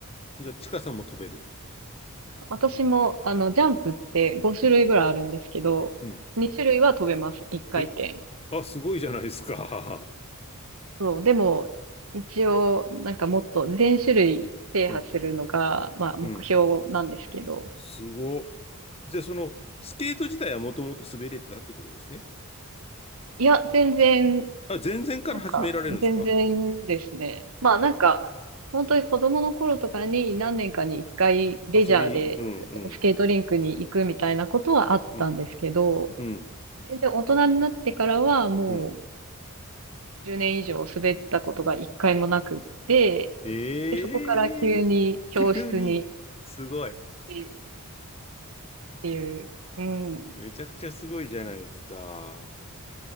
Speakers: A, on the left (about 30°); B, on the right (about 75°).
A: じゃあ、ちかさんも飛べる。
B: 私も、あの、ジャンプって5種類ぐらいあるんですけど、
A: うん、うん。
B: 2種類は飛べます、1回転。
A: え、あ、すごいじゃないですか。
B: そう、でも、一応、なんかもっと全種類制覇するのが、
A: <laughs> うん、
B: まあ、目標なんですけど、
A: うん。すご。じゃあ、その、スケート自体はもともと滑れてたってことですね。
B: いや、全然
A: あ、全然から始められるんですか
B: なんか、全然ですね。まあなんか、本当に子供の頃とかに何年かに一回レジャーでスケートリンクに行くみたいなことはあったんですけど、
A: 遊びに。うん、うん、うん、うん、
B: 全然大人になってからはもう
A: うん。
B: 10年以上滑ったことが一回もなくって、
A: ええー
B: で、そこから急に教室に
A: <laughs> 急に、すごい。
B: 行ってっていう、うん。
A: めちゃくちゃすごいじゃないですか。